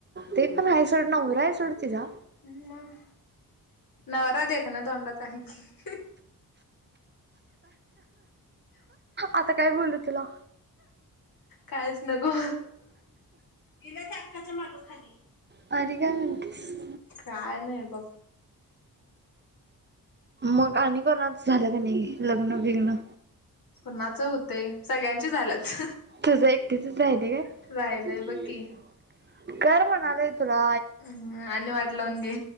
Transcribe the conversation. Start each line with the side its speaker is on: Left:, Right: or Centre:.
Right: ते पण आहे सोड नवरा हाय सोड तीझा.
Left: ह मग नवरा देखना तोंडाच आहे की.
Right: आता काय बोलू तुला?
Left: कायच नको आकाच्या माग खाली
Right: आणि काय म्हणतेस?
Left: काय नाही बघ.
Right: मग आणि कोणाच झालं का नाही लग्न बिघ्न
Left: कुणाच हुतय सगळ्यांची झाल्यात
Right: तुझ एकटीचच आहे ते काय
Left: राहिलय बघ की
Right: कर म्हणालंय तुला
Left: हम्म आणि वाटलंवून घे